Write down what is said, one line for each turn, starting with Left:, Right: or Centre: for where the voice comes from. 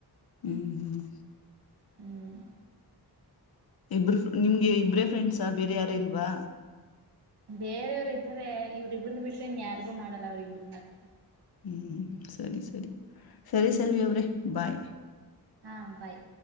Left: ಹ್ಮ್ ಹ್ಮ್.
Right: ಹ್ಮ್.
Left: ಇಬ್ರು ನಿಮ್ಗೆ ಇಬ್ರೇ ಫ್ರೆಂಡ್ಸಾ ಬೇರೆ ಯಾರ ಇಲ್ವಾ.
Right: ಬೇರೆಯವರು ಇದ್ದಾರೆ ಇವ್ರ ಇಬ್ರನ್ನ ಬಿಟ್ರೆನ್ ಯಾರಿಗು ಮಾಡಲ್ಲ ಅವ್ರ ಇಬ್ಬ್ರ ಮಾತ್ರ.
Left: ಹ್ಮ್ ಹ್ಮ್ ಸರಿ ಸರಿ ಸರಿ ಸೆಲ್ವಿ ಅವ್ರೆ ಬಾಯ್.
Right: ಹಾ ಬಾಯ್.